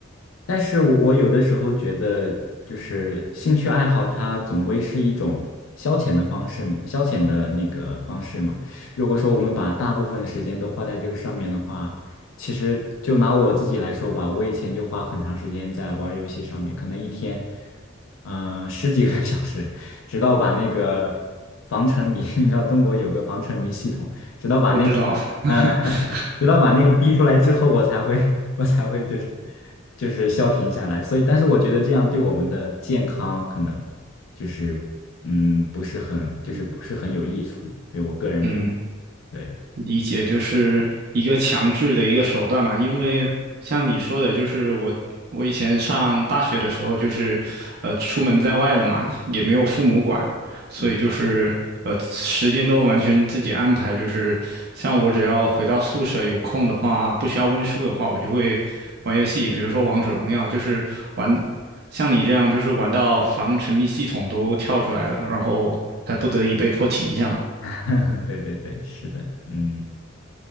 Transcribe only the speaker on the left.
但是我我有的时候觉得，就是兴趣爱好，它总归是一种消遣的方式嘛，消遣的那个方式嘛。如果说我们把大部分的时间都花在这个上面的话，其实就拿我自己来说吧，我以前就花很长时间在玩儿游戏上面，可能一天，嗯、十几个 <laughs> 小时，直到把那个防沉迷，<laughs> 你知道中国有个防沉迷系统，直到把那个。
嗯，<laughs> 直到把那个逼出来之后，我才会，<laughs> 我才会就是就是消停下来。所以，但是我觉得这样对我们的健康可能就是嗯不是很就是不是很有益处。
对我个人觉得，
对，
嗯，
<laughs> 对对对，是的，嗯